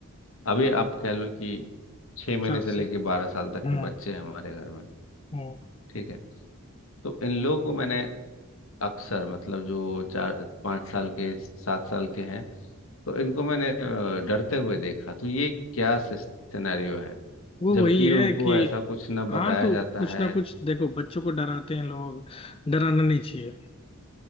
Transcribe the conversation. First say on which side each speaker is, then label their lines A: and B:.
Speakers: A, on the left; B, on the left.
A: अभी आप कह लो कि छह महीने
B: चार
A: से लेके
B: से
A: बारह साल तक
B: हम्म
A: के बच्चे हैं हमारे घर में
B: हम्म।
A: ठीक है तो इन लोगों को मैंने अक्सर मतलब जो चार पाँच साल के सात साल के हैं तो इनको मैंने अ, डरते हुए देखा तो ये क्या सिनेरियो है
B: वो
A: जबकि
B: वही है
A: उनको
B: कि
A: ऐसा कुछ ना
B: हाँ
A: बताया
B: तो
A: जाता
B: कुछ
A: है
B: ना कुछ देखो बच्चों को डराते हैं लोग डराना नहीं चाहिए